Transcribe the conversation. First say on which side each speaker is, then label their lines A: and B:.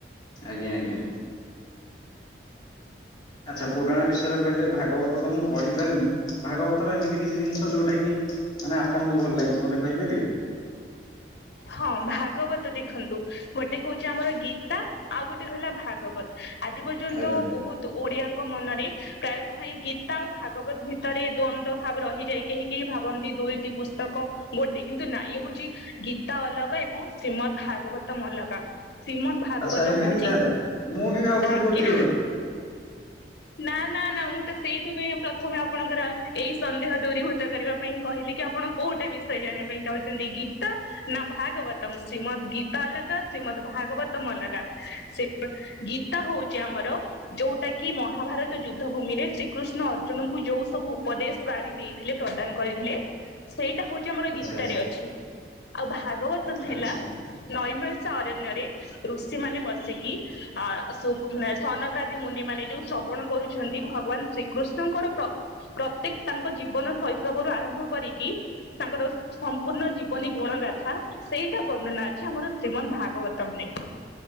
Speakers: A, on the left; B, on the left.
A: ଆଜ୍ଞା ଆଜ୍ଞା। ଆଚ୍ଛା ପୁରାଣ ବିଷୟରେ କହିଲେ ଭାଗବତ ତ ମୁଁ ପଢି ପାରିନି। ଭାଗବତର ଏମିତି କିଛି ଜିନିଷ ଯୋଉଟା କି ମାନେ ଆପଣଙ୍କୁ ଭଲ ଲାଗିଚି ମତେ କହିପାରିବେ?
B: ହଁ ଭାଗବତ ଦେଖନ୍ତୁ ଗୋଟେ ହଉଚି ଆମର ଗୀତା- - ଆଉ ଗୋଟେ କହିଲା ଭାଗବତ ଆଜି ପର୍ଯ୍ୟନ୍ତ
A: ଆଜ୍ଞା
B: ବହୁତ ଓଡିଆଙ୍କ ମନରେ ପ୍ରାୟତଃ ଏଇ ଗୀତା ଆଉ ଭାଗବତ ଭିତରେ ଦ୍ଵନ୍ଦ ଭାବ ରହିଯାଇ କେହି ଭାବନ୍ତି ଦୁଇଟି ପୁସ୍ତକ ଗୋଟେ କିନ୍ତୁ ନାଇଁ ହଉଛି ଗୀ ତା ଅଲଗା ଏବଂ ଶ୍ରୀମଦ୍ ଭାଗବତମ ଅଲଗା। ଶ୍ରୀମଦ୍ ଭାଗବତମ
A: ଆଚ୍ଛା ଏମିତି
B: ହଉଛି
A: ତାହେଲେ ମୁଁ ବି ଭାବୁଥିଲି
B: ଆଜ୍ଞା।
A: ଗୋଟିଏ ବୋଲି।
B: ନା ନା ନା ମୁଁ ତ ସେଇଥିପାଇଁ ପ୍ରଥମେ ଆପଣଙ୍କର ଏଇ ସନ୍ଦେହ ଦୂରୀଭୂତ କରିବା ପାଇଁ କହିଲେ କି ଆପଣ କୋଉଟା ବିଷୟ ଜାଣିବା ପାଇଁ ଚାହୁଛନ୍ତି ଗୀତା ନା ଭାଗବତମ ଶ୍ରୀମଦ୍ ଗୀତା ଅଲଗା ଶ୍ରୀମଦ୍ ଭାଗବତମ ଅଲଗା ସେ ଗୀତା ହଉଛି ଆମର ଯୋଉଟା କି ମହାଭାରତ ଯୁଦ୍ଧ ଭୂମି ରେ ଶ୍ରୀକୃଷ୍ଣ ଅର୍ଜୁନଙ୍କୁ ଯୋଉ ସବୁ ଉପଦେଶ ବାଣୀ ଦେଇଥିଲେ ପ୍ରଦାନ କରିଥିଲେ ସେଇଟା ହଉଚି ଆମର
A: ଆଚ୍ଛା
B: ଗୀତାରେ
A: ଆଚ୍ଛା
B: ଅଛି। ଆଉ ଭାଗବତ ହେଲା
A: ଆଚ୍ଛା
B: ନଈମଳିଶା ଅରଣ୍ୟରେ ଋଷି ମାନେ ବସିକି ଆ ମାନେ ସନକ ଆଦି ମୁନି ମାନେ ଯୋଉ ଶ୍ରବଣ କରୁଛନ୍ତି ଭଗବାନ ଶ୍ରୀ କୃଷ୍ଣଙ୍କର ପ୍ରତ୍ୟେକ ତାଙ୍କ ଜୀବନ ଶୈଶବରୁ ଆରମ୍ଭ କରିକି ତାଙ୍କର ସମ୍ପୂର୍ଣ୍ଣ ଜୀବନୀ ଗୁଣ ଗାଥା ସେଇଟା ବର୍ଣ୍ଣନା ଅଛି ଆମର ଶ୍ରୀମନ୍ଦ ଭାଗବତମ ରେ।